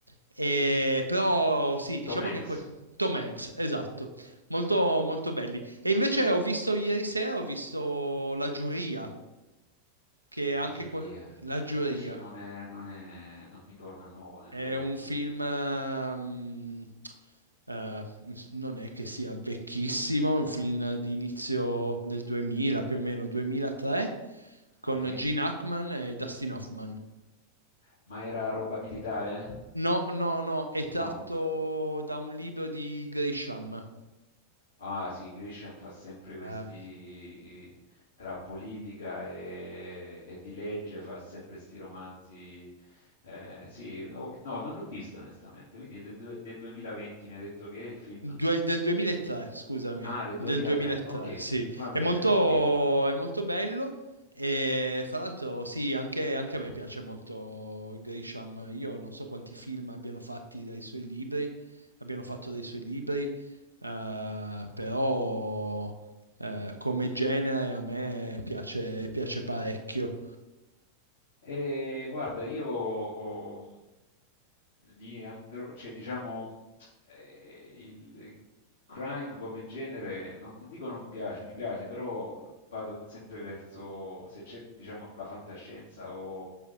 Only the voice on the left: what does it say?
Tom Hanks,
La
giuria.
E questo non è non è non mi torna nuovo nelle
orecchie.
Okay.
Ma era roba militare?
No.
Ah sì, Grisham fa sempre questi
tra politica e, e di legge, fa sempre questi romanzi. eh, sì, o- no, non l'ho visto onestamente, quindi è del, due- del 2020 mi ha detto che è il film.
Ah, del
2003,
ok,
va
bene, ok.
E guarda, io ho- li andrò, cioè diciamo, eh, il crime come genere, non, non dico non mi piace, mi piace, però vado sempre verso, se c'è, diciamo, la fantascienza o,